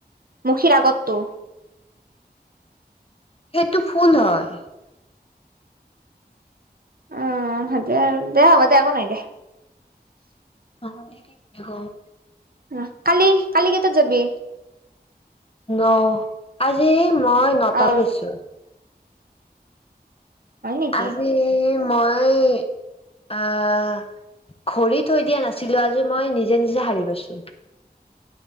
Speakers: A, on the right (about 60°); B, on the left (about 35°).
A: মুখীৰ আগততটো।
B: সেইটো ফুল হয়।
A: উম দে হ'ব দে একো নাই দে।
B: <inaudible>
A: আহ কালি কালি কেইটাত যাবি?
B: অ 'আজি মই নটাৰে
A: অ
B: গেছো।
A: হয় নেকি
B: আজি মই, আহ, ঘড়ী থৈ দিয়া নাছিলো আজি মই নিজে নিজে হাৰি পছো।